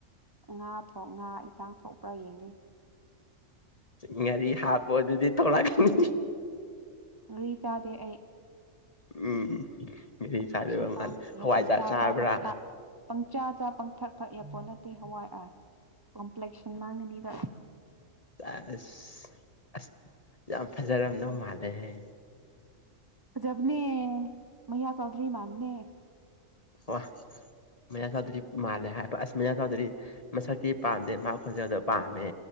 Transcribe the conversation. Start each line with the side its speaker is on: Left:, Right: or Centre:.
Right: ꯉꯥ ꯊꫭꯛ ꯉꯥ ꯏꯟꯁꯥꯡ ꯊꯣꯛꯄ꯭ꯔꯥ ꯌꯦꯡꯒꯦ
Left: ꯉꯔꯤ ꯍꯥꯞꯄꫭ ꯑꯗꯨꯗꯤ ꯊꫭꯛꯂꯛꯀꯅꯤ
Right: ꯉꯥꯔꯤ ꯆꯥꯗꯦ ꯑꯩ
Left: ꯎꯝ ꯉꯥꯔꯤ
Right: ꯀꯝꯄ꯭ꯂꯦꯛꯁꯟ
Left: ꯆꯥꯗꯕ
Right: ꯃꯥꯡꯒꯅꯤꯌꯦ
Left: ꯃꯥꯜꯂꯦ ꯍꯋꯥꯏꯖꯥꯔ
Right: ꯄꯪꯆꯥ
Left: ꯆꯥꯕ꯭ꯔꯥ
Right: ꯆꯥ ꯄꯪꯊꯥꯛ ꯄꯪꯆꯥ ꯆꯥ ꯄꯪꯊꯛ ꯊꯛ ꯌꯥꯄꯣꯠ ꯅꯠꯇꯦ ꯍꯋꯥꯏ ꯑꯥ ꯀꯝꯄ꯭ꯂꯦꯛꯁꯟ ꯃꯥꯡꯒꯅꯤꯕ
Left: ꯁꯦꯁ ꯑꯁ ꯌꯥꯝ ꯐꯖꯔꯝꯗꯧ ꯃꯥꯜꯂꯦꯍꯦ
Right: ꯐꯖꯕꯅꯦ ꯃꯩꯌꯥ ꯆꯧꯗ꯭ꯔꯤ ꯃꯥꯟꯕꯅꯦ
Left: ꯋꯥ ꯃꯩꯌꯥ ꯆꯧꯗ꯭ꯔꯤ ꯃꯥꯂꯦ ꯍꯥꯏꯕ ꯑꯁ ꯃꯩꯌꯥ ꯆꯧꯗ꯭ꯔꯤ꯫ ꯃꯁꯛꯇꯤ ꯄꯥꯝꯗꯦ ꯃꯥ ꯈꯣꯟꯖꯦꯜꯗꯣ ꯄꯥꯝꯃꯦ